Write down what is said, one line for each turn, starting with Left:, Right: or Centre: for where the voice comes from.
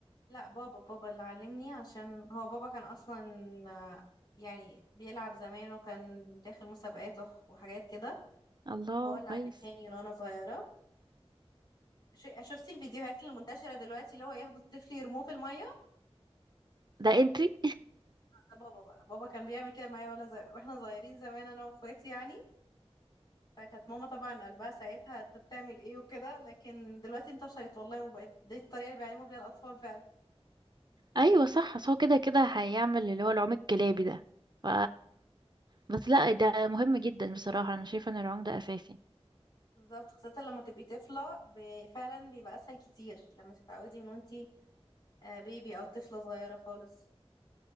Left: لا بابا بابا اللي علمني عشان هو بابا كان اصلا آه، يعني بيلعب زمان وكان داخل مسابقات وح- وحاجات كده
Right: الله
Left: هو اللي
Right: كويس
Left: علمهاني من وانا صغيرة ش- شفتي الفيديوهات المنتشرة دلوقتي اللي هو ياخدوا الطفل يرموه في المية
Right: ده انتي
Left: ده بابا بقى بابا كان بيعمل كده معايا وانا زي... واحنا صغيرين زمان انا واخواتي يعني فكانت ماما طبعا قلبها ساعتها انت بتعمل ايه وكده لكن دلوقتي انتشرت والله وبقت دي الطريقة اللي بيعلموا بيها الاطفال فعلا
Right: ايوه صح بس هو كده كده هيعمل اللي هو العوم الكلابي ده ف بس لا ده مهم جدا بصراحة انا شايفة ان العوم ده اساسي
Left: بالظبط خاصة لما تبقي طفلة ب- فعلا بيبقى أسهل كتير لما تتعودي من وانتي آه، بيبي أو طفلة صغيرة خالص